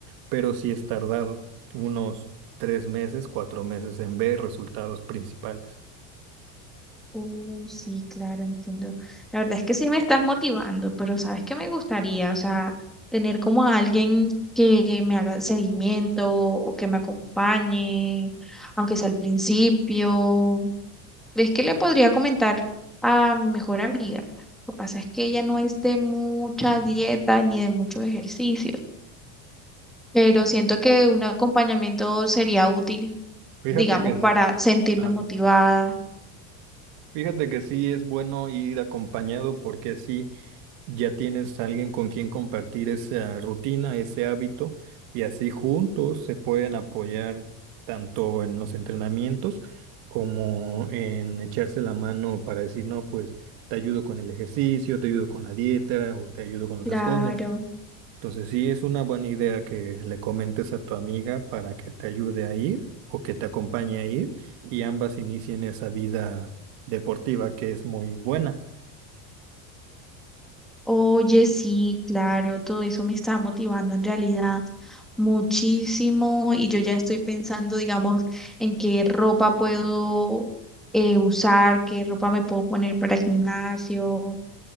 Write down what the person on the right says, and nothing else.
Pero sí es tardado unos tres meses, cuatro meses en ver resultados principales.
Fíjate
que,
sí,
Ajá.
fíjate que sí es bueno ir acompañado porque sí. ya tienes alguien con quien compartir esa rutina, ese hábito, y así juntos se pueden apoyar tanto en los entrenamientos como en echarse la mano para decir, no, pues te ayudo con el ejercicio, te ayudo con la dieta o te ayudo con otras
cosas. Entonces sí es una buena idea que le comentes a tu amiga para que te ayude a ir o que te acompañe a ir y ambas inicien esa vida deportiva que es muy buena.